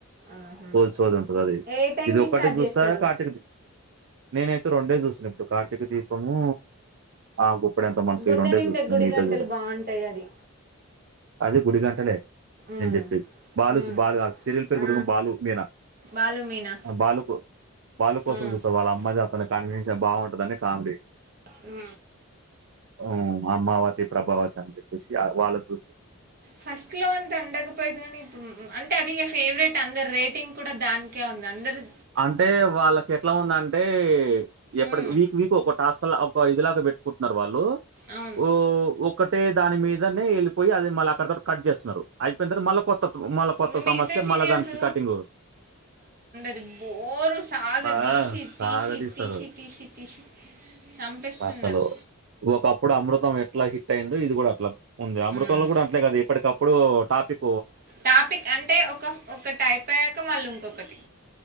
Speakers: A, on the right; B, on the right.
A: ఆహా.
B: సోది సోది ఉంటుంది అది
A: ఏ టైంకి
B: ఇది ఒక్కటికి
A: స్టార్ట్
B: చూస్తా
A: చేస్తారు
B: కార్తీక దీ నేనైతే రెండే చూసిన ఇప్పుడు కార్తీక దీపము ఆ గుప్పెడంత మనసు
A: గుండె
B: ఈ రెండే
A: నిండా
B: చూస్తున్నా
A: గుడిగంటలు
B: మిగతా చూడ
A: బాగుంటాయి అది
B: అది గుడిగంటలే
A: ఉమ్,
B: నేను చెప్పి బాలు
A: ఉమ్.
B: బాలు ఆ సిరీయల్ పేరు
A: ఆ,
B: కూడా బాలు మీనా.
A: బాలు మీనా
B: బాలు కో బాలు కోసం
A: ఉమ్,
B: చూస్తా వాళ్ళ అమ్మాది అతనిది కన్వినేషన్ బాగుంటదని కామెడీ.
A: ఉ
B: అ అమ్మావతి ప్రభావతి అని చెప్పేసి వాళ్ళు చూస్త
A: ఫస్ట్ లో అంత ఉండకపోయిద్ది కానీ అంటే అది ఫేవరెట్ అందరు రేటింగ్ కూడా దానికే వుం నందరు
B: అంటే వాళ్ళకి ఎట్లా ఉందంటే ఎప్పటికి
A: ఉమ్
B: వీక్ వీక్ ఒ ఓ టాస్క్లా ఇదిలాగా పెట్టుకుంటున్నారు వాళ్ళు
A: అవును
B: ఓ ఒక్కటే దాని మీదనే వెళ్ళిపోయి అది మల్లా అక్కడతోటి కట్ చేస్తున్నారు. అయిపోయిన తర్వాత మళ్ళా కొత్త మళ్ళా కొత్త
A: ఇంక మిగతా
B: సమస్య
A: సీరియల్స్
B: మళ్ళా దానికి కటింగు.
A: ది బోరు సాగ
B: అబ్బా!
A: తీసి
B: సాగదీస్తారు.
A: తీసి తీసి తీసి తీసి చంపేస్తున్నారు
B: అసలు ఒకప్పుడు అమృతం ఎట్లా హి హిట్ అయిందో ఇది కూడా అట్లా ఉంది అమృత
A: ఉమ్
B: లో కూడా అట్లే కదా ఇప్పటికప్పుడు టాపిక్.
A: టాపిక్ అంటే ఒక ఒకటి అయిపోయాక మల్లా ఇంకొక్కటి.